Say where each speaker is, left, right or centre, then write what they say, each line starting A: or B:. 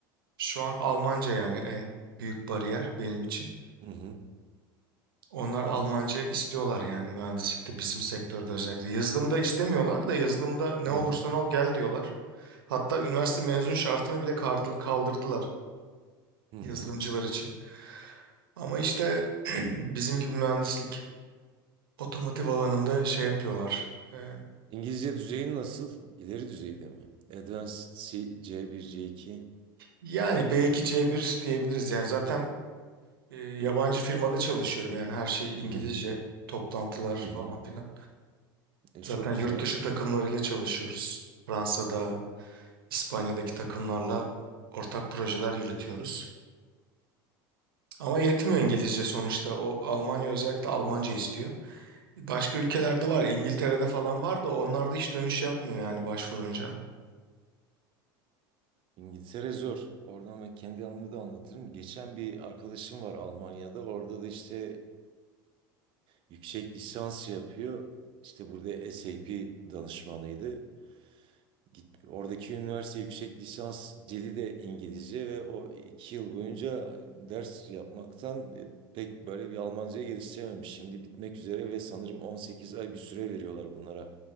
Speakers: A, on the right; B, on the right.
A: şu an Almanca yani en büyük bariyer benim için.
B: hı hı,
A: Onlar Almanca istiyorlar yani mühendislikte bizim sektörde özellikle. Yazılımda istemiyorlar da yazılımda ne
B: hı
A: olursan
B: hı,
A: ol gel diyorlar. Hatta üniversite mezun şartını bile kardı- kaldırdılar
B: hı
A: yazılımcılar
B: hı.
A: için. Ama işte <clears throat> bizim gibi mühendislik otomotiv alanında şey yapıyorlar. Ee,
B: İngilizce düzeyin nasıl? İleri düzeyde mi? Advanced C, C1, C2.
A: Yani B2 C1 diyebiliriz yani zaten e, yabancı firmada çalışıyorum yani her şey İngilizce
B: Hı hı,
A: toplantılar
B: hı hı.
A: falan filan.
B: E, çok
A: Zaten yurt
B: güzel.
A: dışı takımlarıyla çalışıyoruz. Fransa'da, İspanya'daki takımlarla ortak projeler yürütüyoruz. Ama yetmiyor İngilizce sonuçta. O Almanya özellikle Almanca istiyor. Başka ülkelerde var. İngiltere'de falan var da onlar da hiç dönüş yapmıyor yani başvurunca.
B: İngiltere zor. Oradan ben kendi anımı da anlatırım. Geçen bir arkadaşım var Almanya'da. Orada da işte e, yüksek lisans yapıyor. İşte burada SAP danışmanıydı. Git, oradaki üniversite yüksek lisans dili de İngilizce ve o iki yıl boyunca ders yapmaktan e, pek böyle bir Almancayı geliştirememiş. Şimdi bitmek üzere ve sanırım 18 ay bir süre veriyorlar bunlara